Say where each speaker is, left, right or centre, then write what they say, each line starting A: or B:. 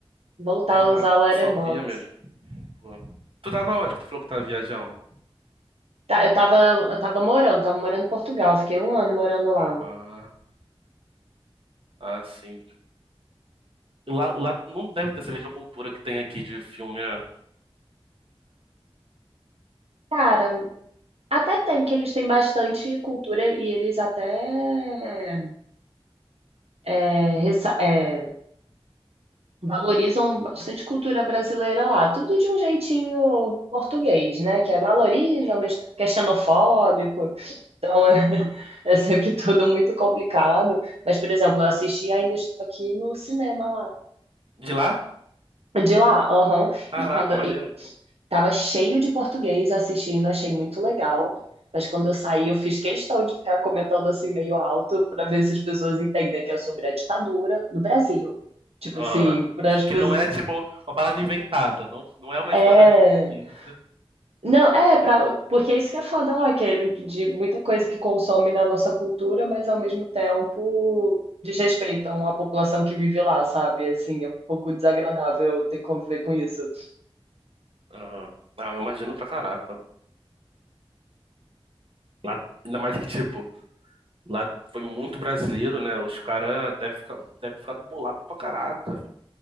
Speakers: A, on the right (about 80°); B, on the right (about 65°).
A: voltar
B: teve
A: a
B: uma
A: usar
B: época
A: o Letterboxd.
B: que só via mesmo. Pô. Tu tava onde que tu falou que tava viajando?
A: Tá, eu tava, eu tava morando, tava morando em Portugal, fiquei um ano morando lá.
B: Ah, ah, sim. Lá, lá não deve ter essa mesma cultura que tem aqui de filme, né?
A: Cara, Até tem, que eles têm bastante cultura e eles até é, ressa- é, valorizam bastante cultura brasileira lá. Tudo de um jeitinho português, né? Que é valoriza,
B: Hum,
A: mas que é xenofóbico. Então é, <laughs>
B: sim.
A: é sempre tudo muito complicado. Mas, por exemplo, eu assisti ainda estou aqui no cinema lá.
B: De lá?
A: De lá, aham.
B: Caraca,
A: E quando
B: maneiro.
A: e tava cheio de português assistindo, achei muito legal. Mas quando eu saí, eu fiz questão de ficar comentando assim meio alto para ver se as pessoas entendem que é sobre a ditadura no Brasil. Tipo
B: Ah,
A: assim, para
B: que,
A: as
B: que
A: pessoas.
B: não é tipo uma parada inventada, não, não é uma
A: É.
B: história fictícia.
A: Não, é, pra... porque isso que é foda lá, que é de muita coisa que consome da nossa cultura, mas ao mesmo tempo desrespeitam a população que vive lá, sabe? Assim, é um pouco desagradável ter que conviver com isso.
B: Aham. Ah, eu imagino pra caraca. Lá, ainda mais que, tipo, lá foi muito brasileiro, né? Os caras devem ficar, deve ficar bolado pra caraca.